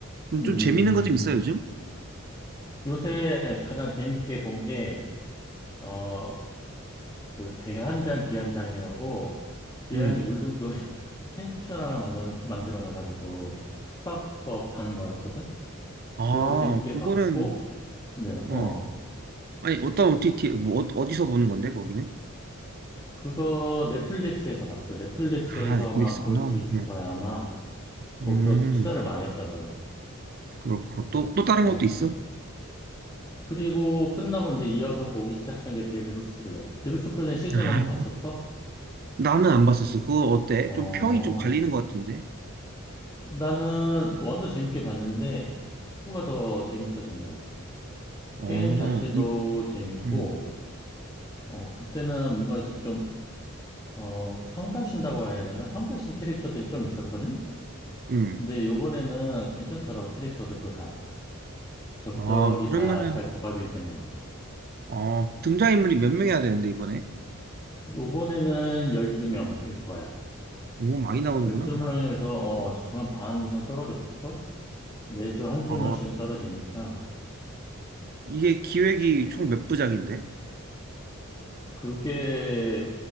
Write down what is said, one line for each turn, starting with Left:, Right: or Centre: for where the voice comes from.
Right: 음,
Left: 음.
Right: 좀 재밌는 거 좀 있어, 요즘?
Left: 요새 가장 재밌게 본게 어, 그 대환장 기안장이라고 기안이
Right: 음.
Left: 울릉도에 <laughs> 펜션 하나 만들어, 만들어 놔가지고 숙박업 하는 거였거든?
Right: 아,
Left: 그거 재밌게
Right: 그거는,
Left: 봤고, 네,
Right: 어.
Left: 어.
Right: 아니, 어떤 OTT, 뭐, 어- 어디서 보는 건데, 거기는?
Left: 그거 넷플릭스에서 봤어. 넷플릭스에서만
Right: 아, 넷플릭스구나.
Left: 볼 수
Right: 음,
Left: 있을 거야, 아마. 거기서
Right: 음,
Left: 투자를 많이 했더라고.
Right: 그렇고. 또, 또 다른
Left: 어,
Right: 것도 있어?
Left: 그- 그리고 끝나고 이제 이어서 보기 시작한 게 데빌스 플랜. 데빌스 플랜 시즌
Right: 아,
Left: 1 봤었어?
Right: 나는 안 봤었어. 그거 어때?
Left: 어,
Right: 좀 평이 좀 갈리는 것 같은데?
Left: 나는 원도 재밌게 봤는데, 투가 더 재밌어진 것 같아.
Right: 어,
Left: 게임 자체도
Right: 이,
Left: 재밌고,
Right: 음,
Left: 어, 그때는 뭔가 이렇게 좀, 어, 성가신다고 해야 되나? 성가신 캐릭터들이 좀 있었거든?
Right: 음.
Left: 근데 요번에는 괜찮더라고, 캐릭터들도 다. 적절히
Right: 아, 그러면은,
Left: 다 잘 조합이 된 것 같아.
Right: 어, 등장인물이 몇 명이야 되는데, 이번에?
Left: 요번에는 12명일 거야.
Right: 오, 많이 나오는구나.
Left: 12명에서, 어, 지금 한반 이상 떨어졌을걸? 매주 한 두
Right: 아,
Left: 명씩은 떨어지니까.
Right: 이게 기획이 총 몇 부작인데?
Left: 그게,